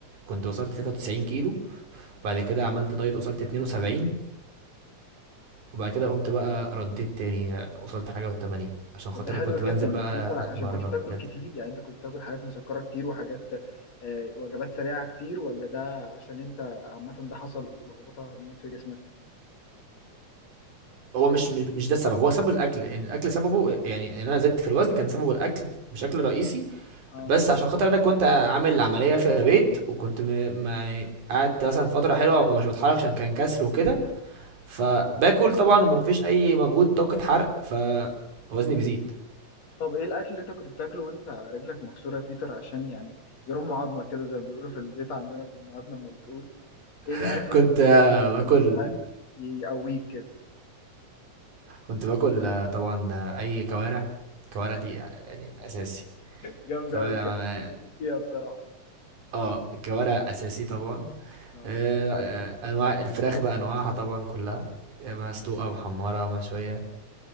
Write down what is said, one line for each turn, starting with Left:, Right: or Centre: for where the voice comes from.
Right: كنت وصلت 93 كيلو بعد كده عملت دايت وصلت 72 وبعد كده قمت بقى رديت تاني آه، وصلت حاجه و80 عشان خاطر
Left: طب ده حلو
Right: كنت
Left: جدا
Right: بنزل بقى
Left: بس انت عشان
Right: اتمرن
Left: كنت
Right: وكده
Left: بتاكل كتير يعني انت كنت بتاكل حاجات مسكرة كتير وحاجات آه، وجبات سريعة كتير ولا ده عشان انت عامة ده حصل لخبطة هرمونات في جسمك؟
Right: هو مش مش مش ده السبب هو سبب الاكل يعني الاكل سببه يعني ان انا زدت في الوزن كان سببه الاكل بشكل رئيسي
Left: اه
Right: بس عشان خاطر انا كنت عامل عمليه في البيت وكنت م... ما قعدت مثلا فتره حلوه ومش بتحرك عشان كان كسر وكده فباكل طبعا ومفيش اي مجهود طاقه حرق فوزني بيزيد
Left: طب ايه الاكل اللي انت كنت بتاكله وانت رجلك مكسورة يا بيتر عشان يعني يرم عظمك كده زي ما بيقولوا في البيت عندنا في امهاتنا لما بتقول ايه
Right: <laughs>
Left: الاكل
Right: كنت
Left: اللي كنت
Right: آه،
Left: بتاكله
Right: باكل
Left: عشان هو فاهم يقويك كده
Right: كنت باكل آه، طبعا آه، اي كوارع كوارع دي آه، يعني اساسي
Left: جامدة
Right: كوارع
Left: قوي الكلام
Right: ما-
Left: ده، بموت فيها بصراحة
Right: اه كوارع اساسي طبعا
Left: اه
Right: آه، آه، انواع الفراخ بانواعها طبعا كلها آه، مسلوقه محمره مشويه